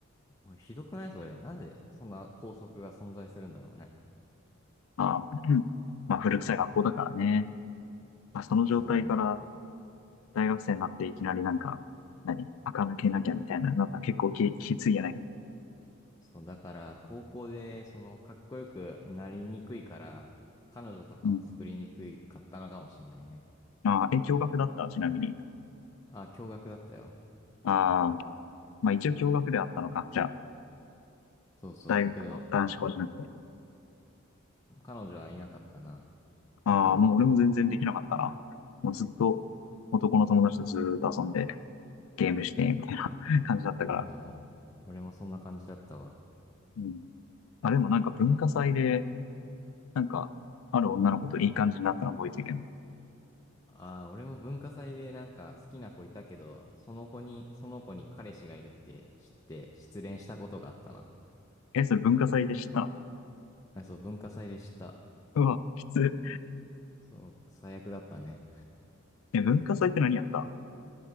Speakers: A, on the left (about 15°); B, on the left (about 85°).
A: おいひどくないそれ。なんでそんな校則が存在するんだろうね。
B: まあ、<clears throat> うんまあ、古臭い学校だからね。まあ、その状態から
A: そ
B: 大学生になっていきなりなんか、何垢抜けなきゃみたいな、なんか結構き、きついよね。
A: う。そう、だから、高校で、その、かっこよくなりにくいから、彼女とかを作りにくいかったのかもしんないね。
B: うん。ああ、え、共学だったちなみに。
A: あ、驚愕だったよ。
B: ああ、まあ一応共学であったのか。じゃあ、
A: そうそう。
B: 大学の男子校じゃなくて。
A: けど、彼女はいなかったな。
B: ああ、もう俺も全然できなかったな。もうずっと男の友達とずーっと遊んでゲームしてみたいな <laughs> 感じだったから。
A: あお俺もそんな感じだったわ。
B: うん。あ、でもなんか文化祭で、
A: え、
B: なんか、ある女の子といい感じになったの覚えてるけど。
A: あー、俺も文化祭でなんか好きな子いたけど、その子に、その子に彼氏がいるって知って、失恋したことがあったな。
B: え、それ文化祭でした
A: あ、そう、文化祭でした。
B: うわ、きつ。
A: そう、最悪だったね。
B: え、文化祭って何やった